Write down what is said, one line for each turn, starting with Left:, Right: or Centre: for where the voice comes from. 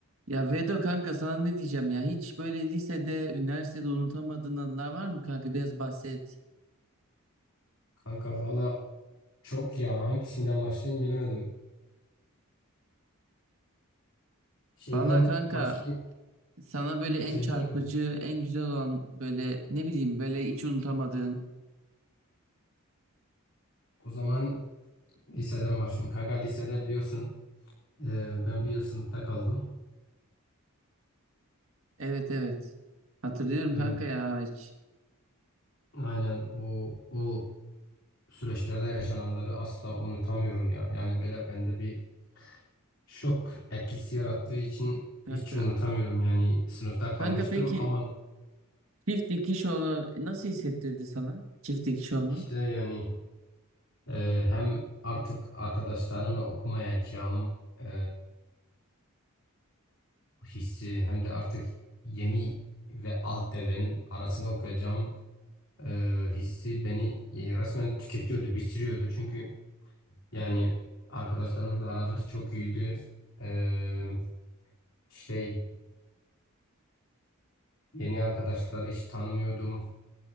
Right: Ya Vedo kanka sana ne diyeceğim ya hiç böyle lisede, üniversitede unutamadığın anılar var mı kanka biraz bahset.
Left: Kanka valla çok ya hangisinden başlayayım bilemedim. Şeyden
Right: Valla kanka
Left: başlayayım.
Right: sana böyle en
Left: Şeyden
Right: çarpıcı, en güzel olan böyle ne bileyim böyle hiç unutamadığın.
Left: o zaman liseden başlayayım. Kanka lisede biliyorsun e, ben bir yıl sınıfta kaldım.
Right: Evet evet. Hatırlıyorum
Left: E,
Right: kanka ya hiç.
Left: aynen o o süreçlerde yaşananları asla unutamıyorum ya. Yani böyle bende bir şok etkisi yarattığı için
Right: Kanka
Left: hiç unutamıyorum. Yani sınıfta kalmıştım
Right: kanka peki
Left: ama
Right: çift dikiş olma nasıl hissettirdi sana? Çift dikiş olmak.
Left: işte yani e, hem artık arkadaşlarımla okumayacağım. E, hissi hem de artık yeni ve alt devrenin arasına okuyacağım e, hissi beni e, resmen tüketiyordu, bitiriyordu. Çünkü yani arkadaşlarımızla aramız çok iyiydi. E, şey yeni arkadaşları hiç tanımıyordum.